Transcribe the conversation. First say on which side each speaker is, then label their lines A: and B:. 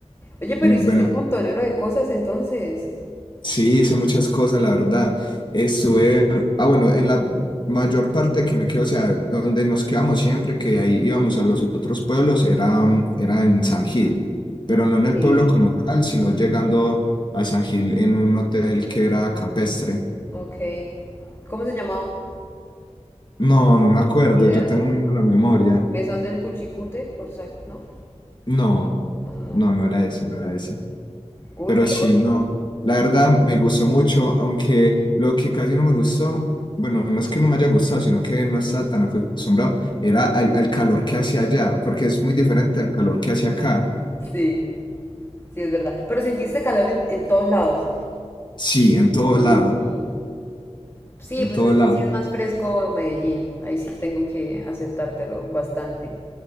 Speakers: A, on the left; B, on the left.
A: Oye, pero
B: Muy
A: hiciste
B: bueno,
A: un montonero de cosas entonces.
B: Sí, hice muchas cosas, la verdad. Estuve, ah, bueno, en la mayor parte que me quedo, o sea, donde nos quedamos siempre, que ahí íbamos a los otros pueblos, era, mm, era en San Gil, pero no en el
A: Sí,
B: pueblo como tal, sino llegando a San Gil en un hotel que era campestre.
A: ok. ¿Cómo se llamaba?
B: No, no me acuerdo,
A: Ni idea.
B: yo tengo muy mala memoria.
A: Mesón del Cuchicute, por sac, ¿no?
B: No,
A: No, no, no.
B: no, no era ese, no era ese.
A: Uy,
B: Pero
A: pero
B: sí,
A: bueno.
B: no, la verdad me gustó mucho, aunque lo que casi no me gustó, bueno, no es que no me haya gustado, sino que no estaba tan acostumbrado, era al, al calor que hacía allá, porque es muy diferente al calor que hace acá.
A: Sí, sí, es verdad. Pero sentiste calor en, en todos lados.
B: Sí, en todo
A: Uy.
B: lado,
A: Sí,
B: en
A: pues
B: todo
A: es que
B: lado.
A: sí es más fresco Medellín. Ahí sí tengo que aceptártelo bastante.